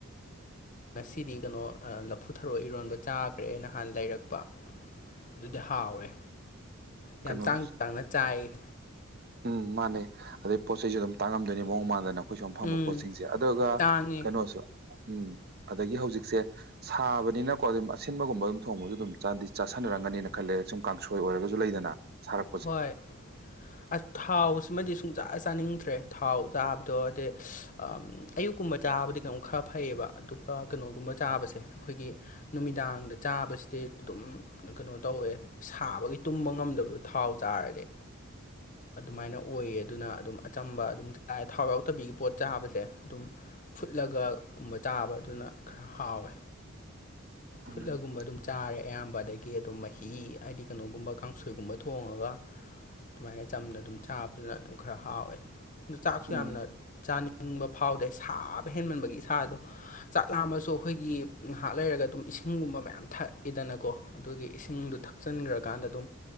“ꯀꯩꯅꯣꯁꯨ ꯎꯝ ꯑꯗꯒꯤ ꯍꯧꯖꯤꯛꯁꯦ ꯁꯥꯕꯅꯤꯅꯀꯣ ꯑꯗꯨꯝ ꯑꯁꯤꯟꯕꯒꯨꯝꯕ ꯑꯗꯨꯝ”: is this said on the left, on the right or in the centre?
Right